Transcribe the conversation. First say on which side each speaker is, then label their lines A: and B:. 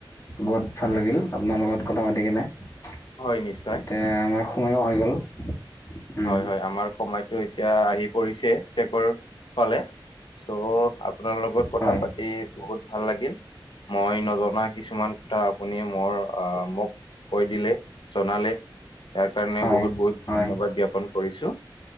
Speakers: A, on the left (about 40°); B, on the left (about 75°).
A: বহুত ভাল লাগিল আপোনাৰ লগত কথা পাতি কিনে। <unintelligible>
B: হয়, নিশ্চয়। <unintelligible>
A: এয়া আমাৰ সময়ো হৈ গ'ল। <inaudible> উম
B: হয়-হয়, আমাৰ সময়ত <unintelligible> <unintelligible> টো এতিয়া আহি পৰিছে শেষৰ ফালে, চ' <unintelligible> আপোনাৰ লগত
A: হয়
B: কথা পাতি বহুত ভাল লাগিল। <inaudible> মই নজনা কিছুমান কথা আপুনি মোৰ আহ মোক কৈ দিলে। <inaudible> জনালে ইয়াৰ কাৰণে
A: হয়
B: বহুত-বহুত
A: হয়
B: ধন্যবাদ জ্ঞাপন <unintelligible> কৰিছোঁ